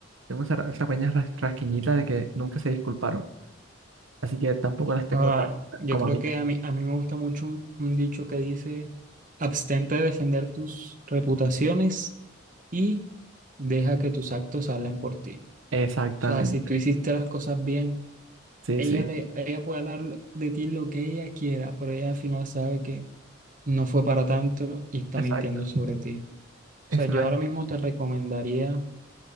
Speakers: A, on the right; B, on the right.
A: tengo esa, ra- esa pequeña ras- rasquiñita de que nunca se disculparon. Así que tampoco las tengo
B: Ahora,
A: tan, tan
B: yo
A: como
B: creo
A: amigas.
B: que a mí, a mí me gusta mucho un, un dicho que dice, abstente de defender tus reputaciones y deja que tus actos hablen por ti.
A: Exactamente.
B: O sea, si tú hiciste las cosas bien,
A: Sí,
B: ella,
A: sí.
B: le, ella puede hablar de ti lo que ella quiera, pero ella al final sabe que no fue para tanto y está
A: Exacto,
B: mintiendo sobre ti.
A: exacto.
B: O sea, yo ahora mismo te recomendaría